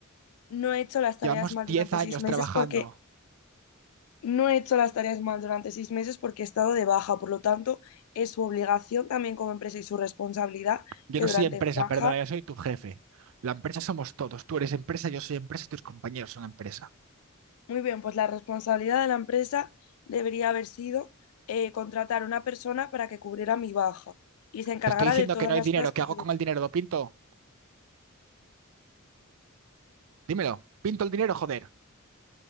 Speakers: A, on the left (about 80°); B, on the right (about 70°).
A: no he hecho las tareas
B: Llevamos
A: mal
B: 10
A: durante
B: años
A: seis meses
B: trabajando.
A: porque no he hecho las tareas mal durante seis meses porque he estado de baja. Por lo tanto, es su obligación también como empresa y su responsabilidad
B: Yo
A: que
B: no
A: durante
B: soy empresa,
A: mi baja
B: perdona, yo soy tu jefe. La empresa somos todos. Tú eres empresa, yo soy empresa y tus compañeros son empresa.
A: Muy bien, pues la responsabilidad de la empresa debería haber sido eh, contratar a una persona para que cubriera mi baja y se encargara
B: Te estoy diciendo
A: de todas
B: que no hay
A: las
B: dinero.
A: cosas
B: ¿Qué
A: que
B: hago
A: yo debía.
B: con el dinero? ¿Lo pinto? Dímelo. Pinto el dinero, joder.